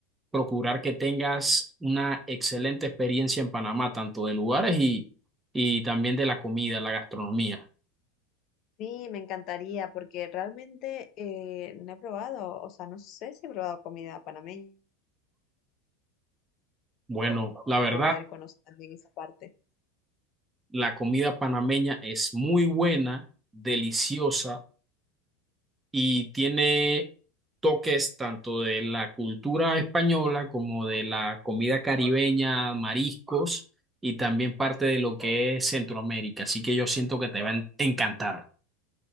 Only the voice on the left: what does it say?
Sí, me encantaría porque realmente eh, no he probado, o sea, no sé si he probado comida panameña,
poder conocer también esa parte.